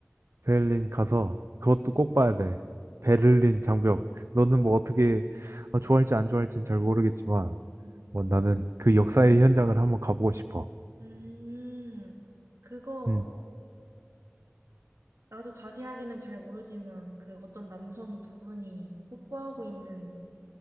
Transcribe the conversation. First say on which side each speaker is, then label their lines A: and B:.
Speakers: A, on the right (about 70°); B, on the right (about 85°).
A: 베를린 가서 그것도 꼭 봐야 돼. 베를린 장벽. 너는 뭐 어떻게 어, 좋아할지 안 좋아할지는 잘 모르겠지만,
B: 음,
A: 뭐 나는 그 역사의 현장을 한번 가보고 싶어.
B: 음, 그거,
A: 응.
B: 나도 자세하게는 잘 모르지만, 그 어떤 남성 두 분이 뽀뽀하고 있는